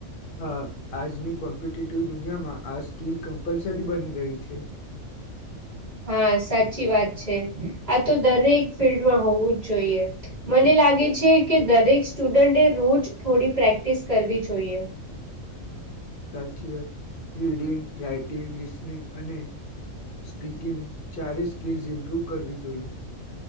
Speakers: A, on the left; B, on the right.
A: હા આજની કોમ્પિટટિવ દુનિયામાં આ સ્કીિલ કમ્પલસરી બની ગઈ છે
B: હા સાચી વાત છે આ તો દરેક ફિલ્ડમાં હોવું જ જોઈએ મને લાગે છે કે દરેક સ્ટુડન્ટે રોજ થોડી પ્રેક્ટિસ કરવી જોઈએ
A: સાચી વાત રીડિંગ રાઈટિંગ લિસનિંગ અને સ્પીકિંગ ચારે સ્કિલ્સ ઇમ્પ્રૂવ કરવી જોઈએ